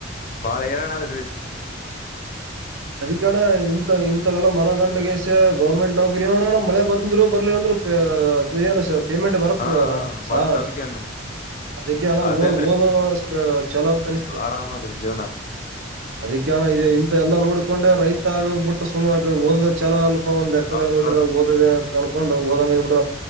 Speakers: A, on the left (about 40°); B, on the right (about 70°).
A: ಬಾಳ ರನಾದ
B: ಅದ ಕಡೆ ಇಂತ ಇಂತವೆಲ್ಲ ಮನಗಂಡಗಸ ಗೌರ್ಮೆಂಟ್ ಡಾಬ್ ನೋಡೋಣ ಮಳೆ ಬಂದ್ರು ಬರ್ಲಿಲ್ಲ ಅಂದ್ರೆ ಅ ಏನ್ ಪೇಮೆಂಟ್ ಬರುತ್ತದ
A: ಹಾ ಹಾ
B: ಸಾ
A: ಬರ್ತ್ ಅದಕೇನ್
B: ಅದಕ್ಕೆಣ
A: ಅದೇನ್ರಿ
B: ಹೋಗುವ ಅಷ್ಟ ಚಲೋ ಅನಿಸ್ತ
A: ಆರಾಮದ್ರಿ ಜೀವನ
B: ಅದ ಕಣ ಇದೆ ಇಂತ ಎಲ್ಲ ನೋಡ್ಕೊಂಡೆ ರೈತ ಆಗೋದ್ ಬಿಟ್ಟು್ನೆ ಓದ ಚಲ ಒಂದ್ ಜಕ್ಕದಂಗ
A: ಹೌದೌದು
B: ನೋಡಿರ ಓದಿದೆ ಅನ್ಕೊಂಡು ಹಓದಂಗ ಇ ಬಿಡ